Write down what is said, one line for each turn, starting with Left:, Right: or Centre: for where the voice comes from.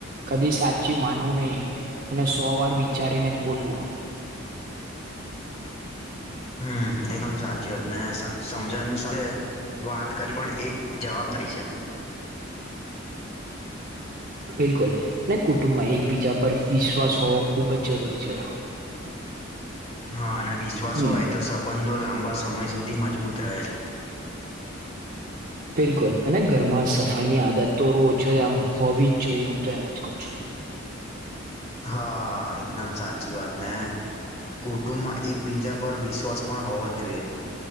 Right: કદી સાચી માનવું નહી. અને સો વાર વિચારીને જ બોલવું.
Left: હમ એકદમ સાચી વાત ને, સમજની સાથે વાત કરી પણ એક જવાબદારી છે.
Right: બિલકુલ. ને કુટુંબમાં એકબીજા પર વિશ્વાસ હોવો ખુબ જ જરૂરી છે.
Left: હા અને વિશ્વાસ
Right: હમ
Left: હોય તો સંબંધો લાંબા સમય સુધી મજબૂત રહે છે.
Right: બિલકુલ અને ઘરમાં સફર ભાઈ ની આદત તો રો છઆમ હોવી જ જોઈએ, હું તો એમ જ કઉ છું.
Left: હા એકદમ સાચી વાત ને કુટુંબમાં એક બીજા પર વિશ્વાસ પણ હોવો જ જોઈએ.